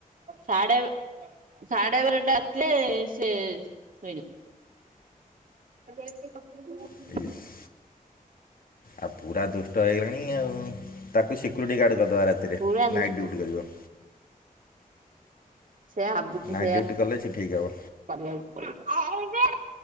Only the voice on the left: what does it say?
<inaudible> ଆଉ ପୁରା ଦୁଷ୍ଟ ହେଇଗଲାଣି ଆଉ। ତାକୁ ସିକ୍ୟୁରିଟି ଗାର୍ଡ କରିଦେବା ରା ତିରେ।
ନାଇଟ ଡିଉଟି କରିବ।
ନାଇଟ୍
ଡ୍ୟୁଟି କଲେ ସେ ଠିକ୍ ହେବ।